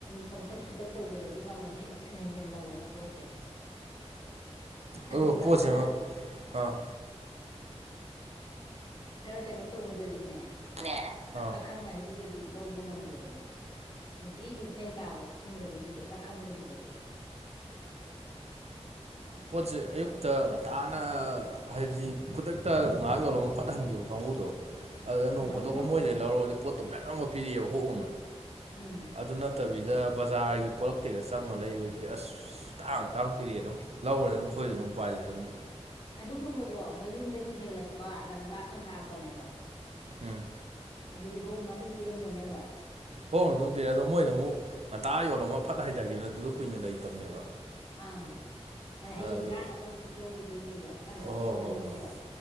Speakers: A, on the left (about 45°); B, on the right (about 70°).
A: ꯄꯪꯇꯛ ꯁꯨꯇꯛ ꯇꯧꯕꯗꯗꯤ ꯃꯃꯜꯁꯦ ꯍꯦꯟꯖꯟ ꯍꯦꯟꯖꯟ ꯂꯧꯋꯦ ꯄꯣꯠꯁꯦ꯫ ꯑꯗꯨꯒ
B: ꯑꯗꯣ ꯄꯣꯠꯁꯦ
A: ꯈꯔ
B: ꯃ ꯑꯥ
A: ꯈꯔ ꯀꯩꯅꯣ ꯇꯧꯕꯗꯗꯤꯅꯦ
B: ꯅꯦ ꯑꯥ
A: ꯑꯈꯪ ꯑꯍꯩꯗꯨꯗꯗꯤ ꯂꯧꯕ ꯉꯝꯗꯦꯕ ꯃꯣꯏ ꯅꯨꯡꯇꯤꯒꯤ ꯀꯩꯊꯦꯟ ꯀꯥꯕ ꯈꯪꯗꯕꯗꯨꯗ ꯑꯈꯪꯕꯗꯨꯗꯗꯤ꯫
B: ꯄꯣꯠꯁꯦ ꯑꯌꯨꯛꯇ ꯉꯟꯇꯥꯥꯅ ꯍꯥꯏꯗꯤ ꯈꯨꯗꯛꯇ ꯉꯍꯥꯥꯛ ꯌꯣꯜꯂꯝꯃ ꯐꯠ ꯍꯟꯈꯤꯕ ꯀꯥꯡꯕꯨꯗꯣ ꯑꯗꯨꯗ ꯅꯣꯡ
A: ꯎꯝ
B: ꯐꯣꯇꯣꯛ
A: ꯑꯗꯨꯅ
B: ꯀ ꯃꯣꯏꯗꯩ
A: ꯍꯣꯡꯕꯅꯦ
B: ꯂꯧꯔꯛꯒꯗꯤ ꯄꯣꯠꯇꯣ ꯃꯌꯥꯝꯒ ꯄꯤꯔꯛꯑꯦꯕ ꯍꯣꯡ ꯍꯣꯡꯅ
A: ꯎꯝ
B: ꯑꯗꯨ ꯅꯠꯇꯕꯤꯗ ꯕꯖꯥꯔꯒꯤ ꯄꯣꯂꯛꯇꯩꯒ ꯆꯪꯉ ꯂꯩꯕꯗꯨꯗꯤ ꯑꯁ ꯇꯥꯡ ꯑꯗꯨꯝ ꯂꯧꯔꯦ ꯑꯗꯨꯝ ꯑꯩꯈꯣꯏꯁꯨ ꯑꯗꯨꯝ ꯎꯄꯥꯏ ꯂꯩꯇꯕꯅꯤꯅ
A: ꯑꯗꯨꯒꯨꯝꯕꯗꯣ ꯃꯌꯨꯝꯗꯒꯤ ꯍꯦꯜꯂꯛꯄ ꯂꯝ ꯂꯥꯞꯅ ꯂꯥꯛꯄꯅꯦꯕ꯫
B: ꯎꯝ
A: ꯑꯗꯨꯗꯤ ꯍꯣꯡꯅ ꯑꯗꯨꯝ ꯄꯤꯔꯝꯒꯅꯦꯕ꯫
B: ꯍꯣꯡꯅ ꯑꯗꯨꯝ ꯄꯤꯔꯛꯑꯦꯗꯣ ꯃꯣꯏꯅ ꯑꯃꯨꯛ ꯉꯟꯇꯥ ꯌꯣꯜꯂꯝꯃ ꯐꯠ ꯍꯩꯊꯈꯤꯕꯅꯤꯅ ꯑꯗꯨꯗꯣ ꯀꯨꯏꯅ ꯂꯩꯇꯕꯅꯦꯕ
A: ꯑꯪ ꯑꯗ ꯍꯌꯦꯡ
B: ꯑꯗꯨ
A: ꯀꯥꯅꯕ ꯑꯃꯨꯛ ꯂꯧꯔꯨꯗꯣꯏꯅꯤꯗꯣ ꯑ
B: ꯍꯣꯏ
A: ꯍꯦꯛꯎꯗꯣꯏꯅꯤꯗꯣ꯫
B: ꯍꯣꯏ ꯍꯣꯏ